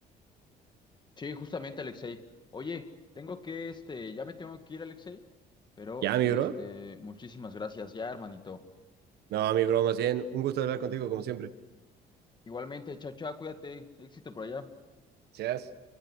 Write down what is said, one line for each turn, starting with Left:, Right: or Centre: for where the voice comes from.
Left: Sí, justamente Alexei. Oye, tengo que, este, ya me tengo que ir, Alexei, pero,
Right: ¿Ya, mi
Left: este,
Right: bro?
Left: muchísimas gracias ya, hermanito.
Right: No, mi bro, más bien, un gusto hablar contigo como siempre.
Left: Igualmente, chao, chao, cuídate, éxito por allá.
Right: Gracias.